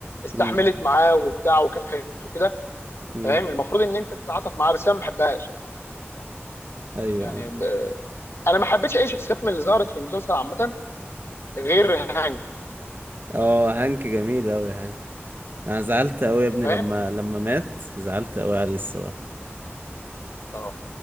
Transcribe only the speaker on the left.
استحملت
معاه وبتاع وكافحت وكده
فاهم المفروض ان انت تتعاطف معاها بس انا ما بحبهاش
يعني
آه، انا ما حبيتش اي شخصيات من اللي ظهرت في المسلسل عامه غير هانك
فاهم
اه